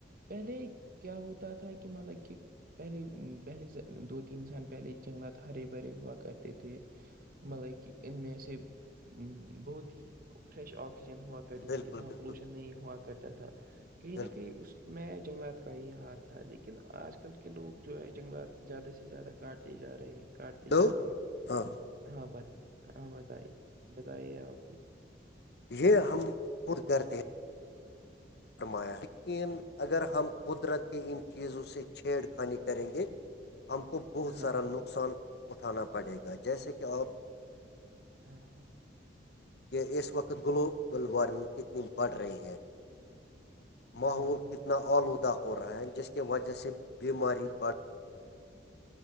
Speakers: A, on the right; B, on the left.
A: پہلے کیا ہوتا تھا کہ مطلب کہ- پہلے- پہلے سے دو تین سان پہلے جنگلات ہرے بھرے ہوا کرتے تھے- مطلب کہ ان میں سے بہت ہی فریش آکسیجن ہوا- کرتی
B: بالکل
A: تھی اتنا
B: بالکل
A: پولوشن نہیں ہوا کرتا تھا کہیں
B: بالکل
A: نہ کہیں اس- میں جنگلات کا ہی ہاتھ تھا لیکن آج کل کے لوگ جو ہے جنگلات زیادہ سے زیادہ- کاٹتی جا رہے ہیں, کاٹتے
B: تو
A: جا رہے ہیں-
B: ہاں
A: ہاں ب ہاں بتائیے بتائیے آپ بھی-
B: یہ ہم خود کرتے ہیں- فرمایا یقین اگر ہم قدرت کے ان چیزوں سے چھیڑ خانی کریں گے- ہم کو بہت
A: ہاں
B: سارا
A: ہاں
B: نقصان اٹھانا پڑے گا جیسے کہ آپ-
A: ہاں- ہاں
B: کہ اس وقت گلوبل وارمنگ کتنی بڑھ رہی ہے- ماحول
A: ہاں ہاں ہاں
B: کتنا آلودہ ہو رہا ہے جس کی وجہ سے بیماری بڑھ-